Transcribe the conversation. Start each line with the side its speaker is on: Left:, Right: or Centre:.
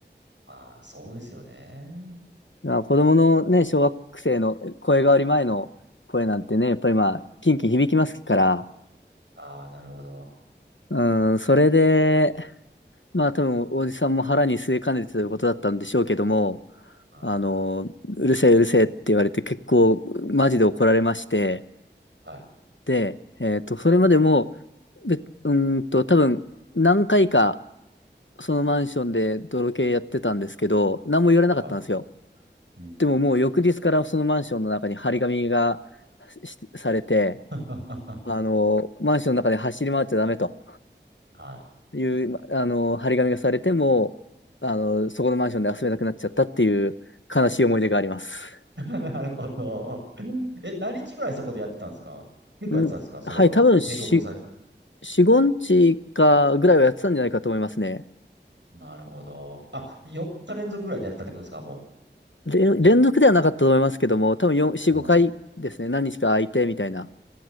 Right: ああ、そうですよね。
Left: まあ子供のね、小学生の声変わり前の声なんてね、やっぱりまあ、キンキン響きますから、
Right: ああ、なるほど。
Left: うん、それで、まあ多分おじさんも腹に据えかねてということだったんでしょうけども、
Right: はい。
Left: あの、うるせえうるせえって言われて結構マジで怒られまして、
Right: はい。
Left: で、えっと、それまでも、べ、うーんと、多分、何回か、そのマンションで泥系やってたんですけど、何も言われなかったんですよ。
Right: はい。うん。
Left: でももう翌日からそのマンションの中に張り紙がしされて、
Right: <laughs>
Left: あの、マンションの中で走り回っちゃダメと
Right: はい。
Left: いう、まあの、張り紙がされても、あの、そこのマンションで遊べなくなっちゃったっていう悲しい思い出があります。
Right: <laughs> なるほど。え、何日ぐらいそこでやってたんですか結構やってたんですかその、
Left: ん、はい、多分し、
Right: 警告され、
Left: 4、5日かぐらいはやってたんじゃないかと思いますね。
Right: なるほど。あ、4日連続ぐらいでやってたってことですかも
Left: で、連続ではなかったと思いますけども、多分4、4、
Right: う。うん。
Left: 5回ですね。何日か空いてみたいな。